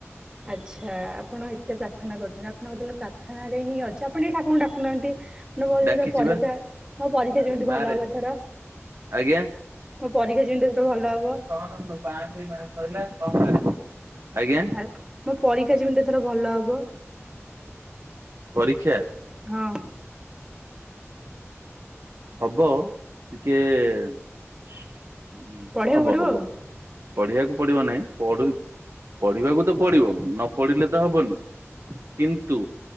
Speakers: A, on the right; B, on the right.
A: ଆଚ୍ଛା ଆପଣ ଏତେ ପ୍ରାର୍ଥନା କରୁଛନ୍ତି, ଆପଣଙ୍କ କୋତେଲେ ପ୍ରାର୍ଥନାରେର ହିଁ ଅଛି, ଆପଣ ଟିକେ ଠାକୁରଙ୍କୁ ଡାକୁନାହାନ୍ତି। ନା ମୋ ଯେମିତି
B: ଡାକିଛି
A: ପରୀକ୍ଷା
B: ବା।
A: ମୋ ପରୀକ୍ଷା
B: ମାରେ
A: ଯେମିତି
B: ମାରେ
A: ଭଲ ହବ ଏଥର।
B: ଆଜ୍ଞା
A: ମୋ ପରୀକ୍ଷା ଯେମିତି ସେତୁ ଭଲ ହବ।
B: <unintelligible> ଆଜ୍ଞା।
A: ଆ ମୋ ପରୀକ୍ଷା ଯେମିତି ଏଥର ଭଲ ହବ।
B: ପରୀକ୍ଷା।
A: ହଁ।
B: ହବ ଟିକେ-ଏ-ଏ
A: ପଢେଇବାକୁ
B: ହବ
A: ପଡିବ
B: ହବ।
A: ଆଉ।
B: ପଢିବାକୁ ପଡିବ ନାହିଁ, ପ- ପଢିବାକୁ ତ ପଡିବ ନ ପଢିଲେ ତ ହବନି। କିନ୍ତୁ